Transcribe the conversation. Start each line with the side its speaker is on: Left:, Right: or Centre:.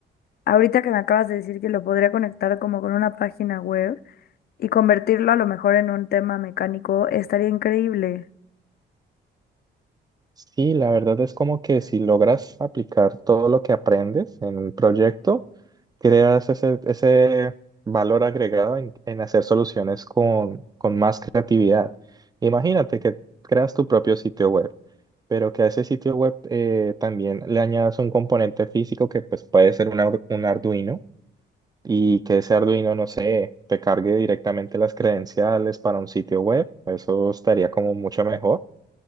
Left: ahorita que me acabas de decir que lo podría conectar como con una página web y convertirlo a lo mejor en un tema mecánico, estaría increíble.
Right: Sí, la verdad es como que si logras aplicar todo lo que aprendes en un proyecto, creas ese, ese valor agregado en, en hacer soluciones con, con más creatividad. Imagínate que creas tu propio sitio web, pero que a ese sitio web eh, también le añadas un componente físico que pues, puede ser un, ar- un Arduino y que ese Arduino, no sé, te cargue directamente las credenciales para un sitio web. Eso estaría como mucho mejor